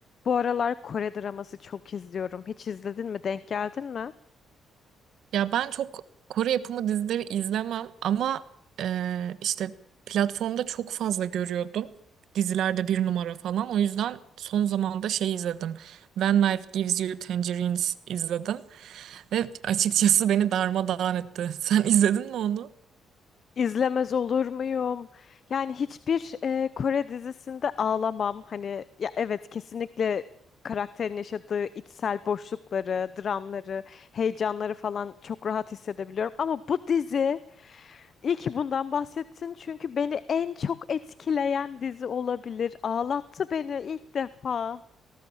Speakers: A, on the left (about 50°); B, on the right (about 70°).
A: Bu aralar Kore draması çok izliyorum. Hiç izledin mi? Denk geldin mi?
B: Ya ben çok Kore yapımı dizileri izlemem ama e, işte platformda çok fazla görüyordum. Dizilerde bir numara falan. O yüzden son zamanda şey izledim. When Life Gives You Tangerines izledim. Ve açıkçası beni darmadağın etti. <laughs> Sen izledin mi onu?
A: İzlemez olur muyum? Yani hiçbir e, Kore dizisinde ağlamam. Hani ya evet kesinlikle karakterin yaşadığı içsel boşlukları, dramları, heyecanları falan çok rahat hissedebiliyorum. Ama bu dizi, iyi ki bundan bahsettin çünkü beni en çok etkileyen dizi olabilir. Ağlattı beni ilk defa.